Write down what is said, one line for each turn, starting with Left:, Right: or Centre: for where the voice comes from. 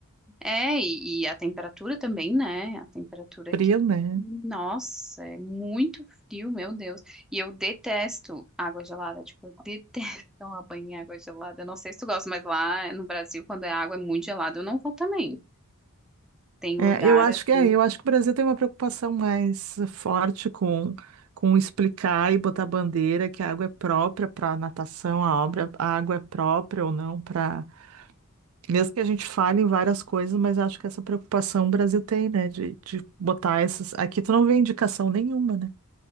Centre: é, e, e a temperatura também, né? A temperatura
Right: frio,
Centre: aqui.
Right: né?
Centre: Nossa, é muito frio, meu Deus. E eu detesto água gelada, tipo, eu detesto <laughs> tomar banho em água gelada. Eu não sei se tu gosta, mas lá no Brasil, quando a água é muito gelada, eu não vou também. Tem
Right: É,
Centre: lugar
Right: eu acho
Centre: assim
Right: que é, eu acho que o Brasil tem uma preocupação mais forte com com explicar e botar bandeira que a água é própria para natação, a obra, a água é própria ou não para Mesmo que a gente fale em várias coisas, mas acho que essa preocupação o Brasil tem, né? De, de botar essas. Aqui tu não vê indicação nenhuma, né?